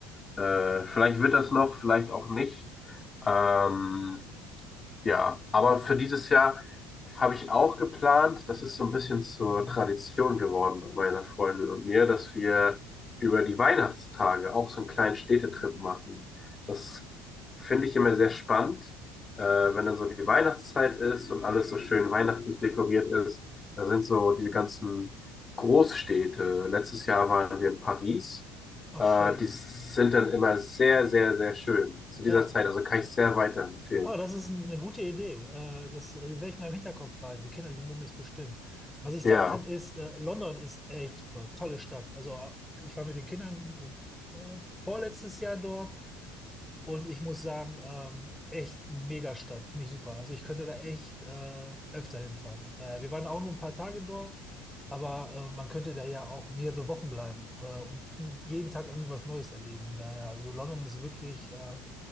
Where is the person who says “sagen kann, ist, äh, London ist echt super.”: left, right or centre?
Centre